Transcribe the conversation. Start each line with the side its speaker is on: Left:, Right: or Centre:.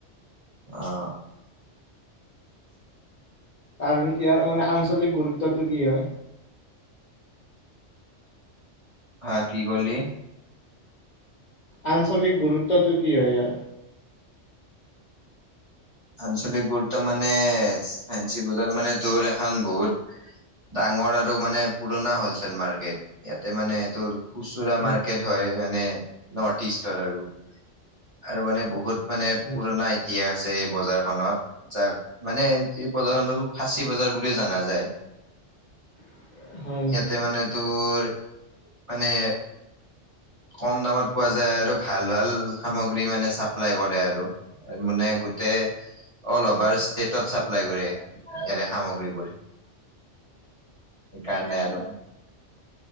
Right: অহ।
Left: কাৰণ ইয়াৰ মানে আঞ্চলিক গুৰুত্বটো কি হয়?
Right: হা কি কলি?
Left: আঞ্চলিক গুৰুত্বটো কি হয় ইয়াৰ?
Right: আঞ্চলিক গুৰুত্ব মানে ফেঞ্চি বজাৰ মানে তোৰ এখন বহুত ডাঙৰ আৰু মানে পুৰণা হলচেল মাৰ্কেট ইয়াতে মানে তোৰ খুচুৰা
Left: উম,
Right: মাৰ্কেট হয় মানে নৰ্থ ইষ্ট আৰু, আৰু মানে বহুত মানে
Left: উম।
Right: পুৰণা ইতিহাস আছে এই বজাৰখনত। যাক মানে এই প্ৰদৰ্শনো ফাঁচী বজাৰ বুলিও জানা যায়।
Left: <inaudible> হয় নেকি?
Right: ইয়াতে মানে তোৰ মানে কম দামত পোৱা যায় আৰু ভাল ভাল সামগ্ৰী মানে চাপ্লাই কৰে আৰু। মানে গোটেই অল অভাৰ ষ্টেটত চাপ্লাই কৰে ইয়াৰে সামগ্ৰীবোৰ। সেইকাৰণে আৰু।